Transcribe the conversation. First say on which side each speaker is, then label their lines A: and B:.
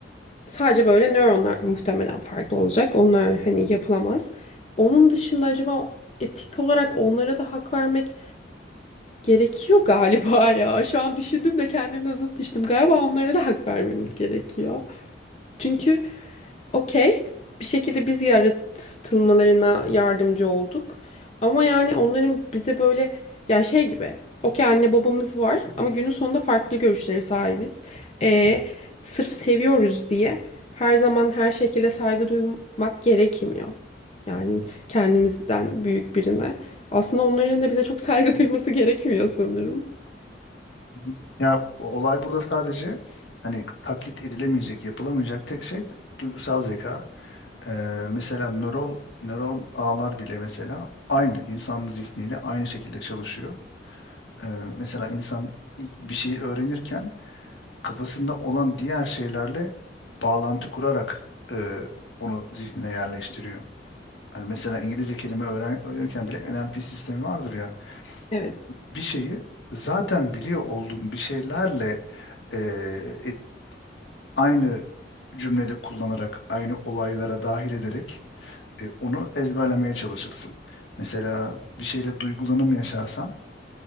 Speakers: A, on the left (about 35°); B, on the left (about 80°).
A: sadece böyle nöronlar muhtemelen farklı olacak. Onlar hani yapılamaz. Onun dışında acaba etik olarak onlara da hak vermek gerekiyor galiba ya. Şu an düşündüm de kendimle zıt düştüm. Galiba onlara da hak vermemiz gerekiyor. Çünkü Okey. Bir şekilde biz yaratılmalarına yardımcı olduk. Ama yani onların bize böyle yani şey gibi. Okey anne babamız var ama günün sonunda farklı görüşlere sahibiz. Ee, sırf seviyoruz diye her zaman her şekilde saygı duymak gerekmiyor. Yani kendimizden büyük birine. Aslında onların da bize çok saygı <laughs> duyması gerekmiyor sanırım.
B: Hı hı. Ya bu olay burada sadece hani taklit edilemeyecek, yapılamayacak tek şey duygusal zeka. E, mesela nöral nöron ağlar bile mesela aynı insan zihniyle aynı şekilde çalışıyor. Ee, mesela insan ilk bir şey öğrenirken kafasında olan diğer şeylerle bağlantı kurarak e, onu zihnine yerleştiriyor. Hani mesela İngilizce kelime öğren öğrenirken bile NLP sistemi vardır ya.
A: Evet.
B: Bir şeyi zaten biliyor olduğun bir şeylerle e, et- aynı cümlede kullanarak, aynı olaylara dahil ederek e, onu ezberlemeye çalışırsın. Mesela bir şeyle duygulanım yaşarsan